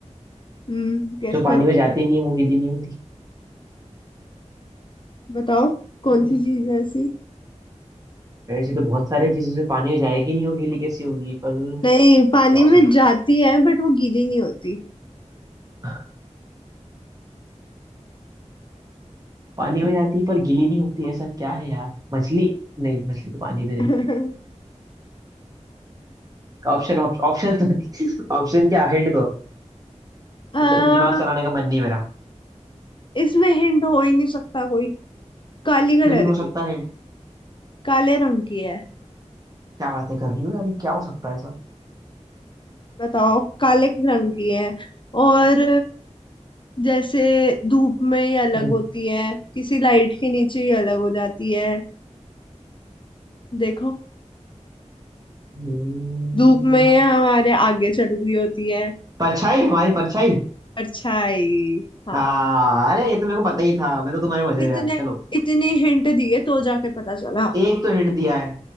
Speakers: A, on the left; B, on the right.
A: हम्म गेस
B: जो पानी में जाती नहीं है वो गीली नहीं होती
A: बताओ कौन
B: हम्म,
A: सी चीज है ऐसी
B: ऐसी तो बहुत सारी चीजें जो पानी में जाएगी नहीं वो गीली कैसी होगी पर
A: नहीं पानी
B: क्या हो
A: में जाती है बट वो गीली नहीं होती
B: अ, पानी में जाती है पर गीली नहीं होती ऐसा क्या है यार मछली नहीं मछली तो पानी
A: <laughs>
B: में रहती है ऑप्शन ऑप्शन तो <laughs> ऑप्शन क्या हिंट दो
A: आ,
B: तो दिमाग चलाने का मन नहीं मेरा
A: इसमें हिंट हो ही नहीं सकता कोई काली कलर
B: क्यों नहीं हो सकता
A: की
B: हिंट
A: काले रंग की है
B: क्या बातें कर रही हो यार ये क्या हो सकता है ऐसा
A: बताओ काले रंग की है और जैसे धूप में ही अलग
B: हम्म
A: होती है किसी लाइट के नीचे ही अलग हो जाती है देखो
B: हम्म,
A: धूप में ही हमारे आगे चल रही होती है
B: परछाई हमारी परछाई
A: परछाई हाँ
B: हाँ अरे ये तो मेरे को पता ही था मैं तो तुम्हारे मजे
A: इतने
B: ले रहा था चलो
A: इतने हिंट दिए तो जाके पता चला
B: एक तो हिंट दिया है